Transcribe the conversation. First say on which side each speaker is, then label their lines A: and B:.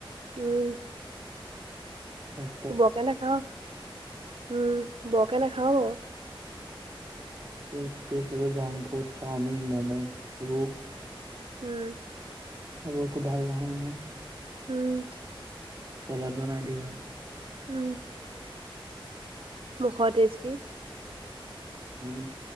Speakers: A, on the right; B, on the right.
A: উম
B: হয়।
A: বৰকে নাখাওঁ, উম বৰকে নাখাওঁ অ
B: চিপছ টিপছ জাং ফুড চাওমিন ম'ম এইবোৰ।
A: উম
B: সেইবোৰ একো ভাল নহয় নহয়।
A: উম
B: তেলত বনাই দিয়ে আৰু।
A: উম মুখৰ টেষ্টি।
B: উম